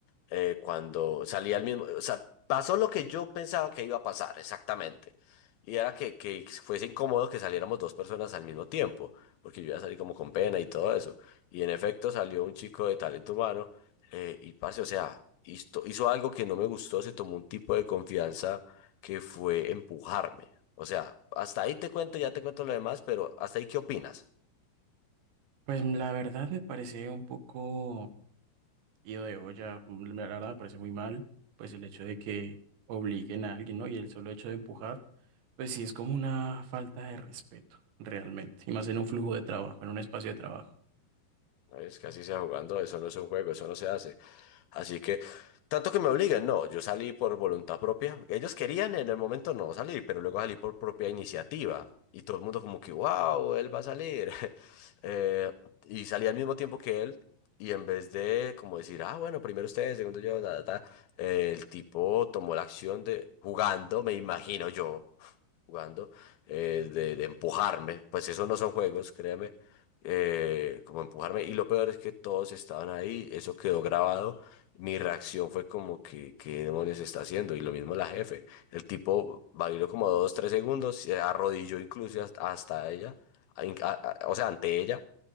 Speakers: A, on the left; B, on the right.
A: eh, cuando salí al mismo, o sea, pasó lo que yo pensaba que iba a pasar, exactamente. Y era que, que fuese incómodo que saliéramos dos personas al mismo tiempo, porque yo iba a salir como con pena y todo eso. Y en efecto salió un chico de talento humano eh, y parce, o sea, hizo, hizo algo que no me gustó, se tomó un tipo de confianza que fue empujarme. O sea, hasta ahí te cuento, ya te cuento lo demás, pero hasta ahí, ¿qué opinas?
B: pues la verdad me parece un poco... Y de olla, mm, la verdad me parece muy mal, pues el hecho de que obliguen a alguien, ¿no? Y el solo hecho de empujar, pues sí es como una falta de respeto, realmente. Y más en un flujo de trabajo, en un espacio de trabajo.
A: Es que así sea jugando, eso no es un juego, eso no se hace. Así que, tanto que me obligan, no, yo salí por voluntad propia. Ellos querían en el momento no salir, pero luego salí por propia iniciativa. Y todo el mundo como que, wow, él va a salir. <laughs> Eh, y salí al mismo tiempo que él. Y en vez de como decir, ah, bueno, primero ustedes, segundo yo, ta, ta, ta", eh, el tipo tomó la acción de jugando, me imagino yo jugando, eh, de, de empujarme, pues esos no son juegos, créeme, eh, como empujarme, y lo peor es que todos estaban ahí, eso quedó grabado, mi reacción fue como que, ¿qué demonios está haciendo? Y lo mismo la jefe, el tipo bailó como dos, tres segundos, se arrodilló incluso hasta, hasta ella, a- in- a- a- o sea, ante ella,